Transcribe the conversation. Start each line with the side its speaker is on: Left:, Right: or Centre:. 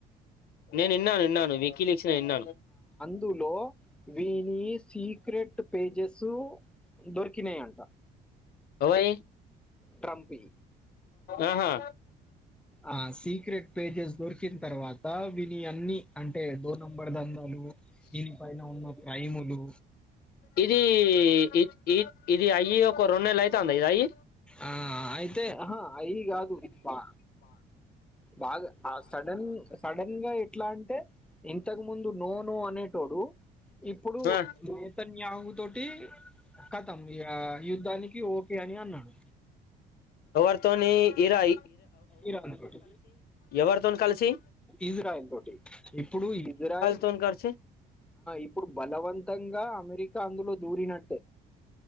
Left: నేను విన్నాను విన్నాను వికీలీక్స్ నేను విన్నాను
Centre: ఇందులో వీని సీక్రెట్ పేజెస్ దొరికినాయంట
Left: అవయి
Centre: ట్రంపి
Left: ఆహా
Centre: ఆ సీక్రెట్ పేజెస్ దొరికిన తర్వాత విని అన్ని అంటే డోర్ నంబర్ దందాలు దీనిపైన ఉన్న ప్రైములు
Left: ఇది ఇది ఇది అయ్యి ఒక రెం నెలలు అయితాంద ఇది అయి
Centre: ఆ అయితేహా అయి కాదు ఇది బా బాగా సడన్ సడన్ గా ఎట్లా అంటే ఇంతకు ముందు నో నో అనే ో <inaudible> ఇప్పుడు
Left: ఆ
Centre: నేతన్య తోటి కతం ఇగ యుద్ధానికి ఓకే అని అన్నాడు
Left: ఎవరితోని ఇరాజ
Centre: ఇరాన్ తోటి
Left: ఎవరితోని కలిసి
Centre: ఇజ్రాయల్ తోటి ఇప్పుడు ఇజ్రాయల్
Left: తోని కలిసి
Centre: ఇప్పుడు బలవంతంగా అమెరికా అందులో దూరినట్టే